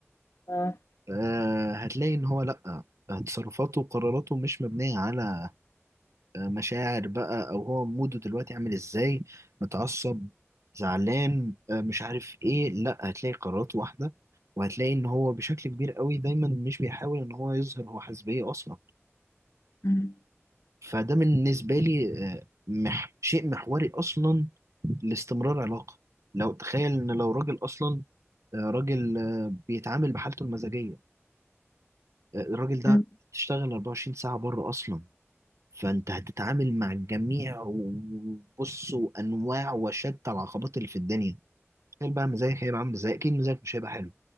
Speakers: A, on the left (about 75°); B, on the right (about 80°).
A: اه
B: آه، هتلاقي إن هو لأ تصرفاته وقراراته مش مبنية على مشاعر بقى او هو موده دلوقتي عامل ازاي متعصب زعلان آه، مش عارف ايه لا هتلاقي قرارات واحده وهتلاقي ان هو بشكل كبير قوي دايما مش بيحاول ان هو يظهر هو حزبيه اصلا
A: مم.
B: فده بالنسبه لي آه، مح شيء محوري اصلا لاستمرار علاقه لو تخيل ان لو راجل اصلا آه، راجل آه، بيتعامل بحالته المزاجيه آه، الراجل ده
A: مم.
B: تشتغل 24 ساعه بره اصلا فانت هتتعامل مع الجميع وبص وانواع وشتى العقبات اللي في الدنيا تخيل بقى مزاجك هيبقى عامل ازاي اكيد مزاجك مش هيبقى حلو